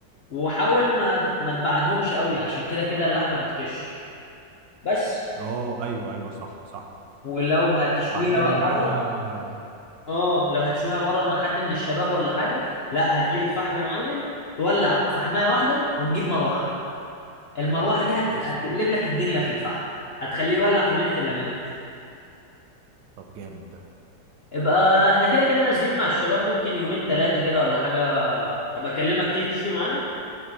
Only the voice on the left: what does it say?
وحاول ما ما تبعدهمش قوي عشان كده كده اللحمة بتكش بس
ولو هتشويها
بقى
بره اه لو هتشويها بره مع حد من الشباب ولا حاجه لا هتجيب الفحم يا معلم تولع فحمايه واحده وتجيب مروحه المروحه دي هت...
هتقلب
لك الدنيا في الفحم هتخليه يولع في منت الا منت
يبقى احنا كده كده نازلين مع الشباب ممكن يومين ثلاثه كده ولا حاجه ابقى اكلمك تيجي تشوي معانا